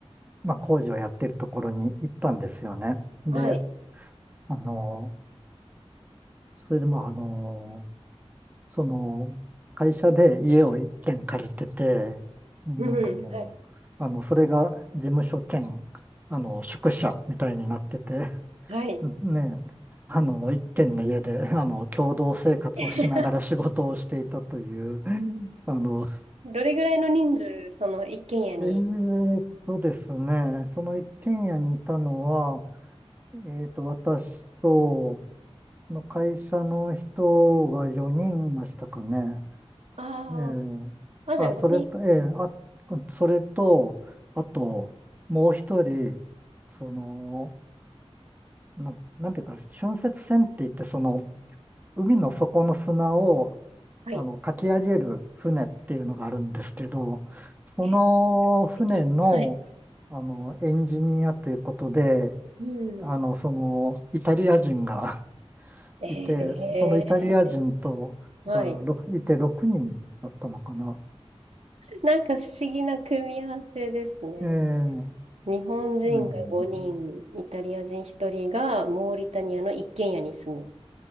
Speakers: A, on the right (about 15°); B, on the right (about 85°).
A: まあ、工事をやってるところに行ったんですよね。で、
B: はい。
A: あの、それで、まあ、あの、その、会社で家を一軒借りてて、なんかもう、
B: うん。はい。
A: あの、それが事務所兼、あの、宿舎みたいになってて、
B: はい。
A: <laughs> ねえ、あの、一軒の家で、あの、共同生活をしながら仕事をしていたという、
B: <laughs>
A: あの、
B: どれぐらいの人数、その一軒家に
A: えーっとですね、その一軒家にいたのは、えーっと、私と、その会社の人が4人いましたかね。
B: あ
A: ええあ、
B: あー、あ、じゃあ5人。
A: それと、ええあ、それと、あと、もう一人、その、な、なんていうか、浚渫船って言って、その、海の底の砂を、
B: はい。
A: あの、かき上げる船っていうのがあるんですけど、その船の、
B: え、素敵。はい。
A: あの、エンジニアということで、
B: うん。
A: あの、その、イタリア人が <laughs>
B: ええ
A: いて、そのイタリア人と、
B: はい。
A: だからろくいて6人だったのかな。
B: なんか不思議な組み合わせですね。
A: ええ
B: 日本人が5人、
A: うん、
B: イタリア人1人がモーリタニアの一軒家に住む。